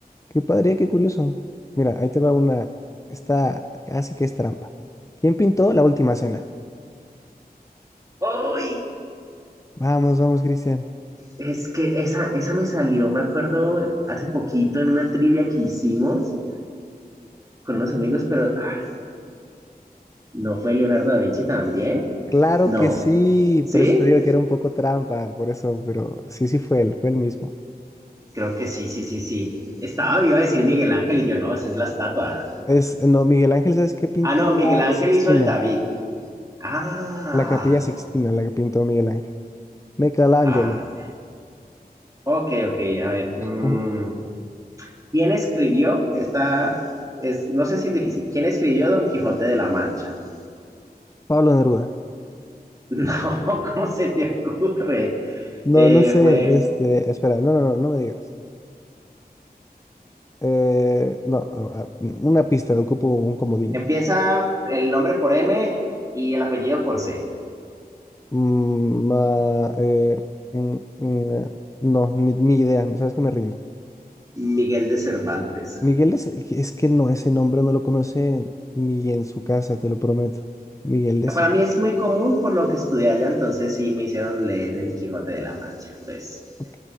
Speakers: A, on the left (about 20°); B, on the right (about 20°).
A: qué padre, qué curioso. Mira, ahí te va una, está casi que es trampa. ¿Quién pintó la última cena?
B: ¡Uy!
A: Vamos, vamos, Cristian.
B: Es que esa, esa me salió, me acuerdo, hace poquito en una trivia que hicimos con unos amigos, pero ah, ¿no fue Leonardo da Vinci también?
A: Claro
B: No.
A: que sí,
B: ¿Sí?
A: por eso te digo que era un poco trampa, por eso, pero sí, sí fue él, fue él mismo.
B: Creo que sí, sí, sí, sí. Estaba viva a decir Miguel Ángel y yo no, esa es la estatua.
A: Es, no, Miguel Ángel, ¿sabes qué pintó?
B: Ah, no,
A: La
B: Miguel Ángel
A: Sixtina,
B: hizo el David. Ah,
A: la Capilla Sixtina, la que pintó Miguel Ángel. Michelangelo,
B: ah. Ok, ok, a ver. mm,
A: ujú,
B: ¿Quién escribió esta? Es, no sé si es difícil. ¿Quién escribió Don Quijote de la Mancha? <laughs>
A: Pablo Neruda.
B: No, ¿cómo se te ocurre?
A: No,
B: Eh,
A: no sé,
B: fue.
A: este, espera, no, no, no, no me digas. Eh, no, a- a- una pista, ocupo un comodín.
B: Empieza el nombre por M y el apellido por C.
A: Mm, ma- eh, mm, mm, eh, no, ni, ni idea, ¿sabes que me rindo?
B: Miguel de Cervantes.
A: Miguel es, es que no, ese nombre no lo conoce ni en su casa, te lo prometo. Miguel de
B: Para mí es muy común por lo que estudié allá, entonces sí me hicieron leer El Quijote de la Mancha. Entonces,
A: Ok,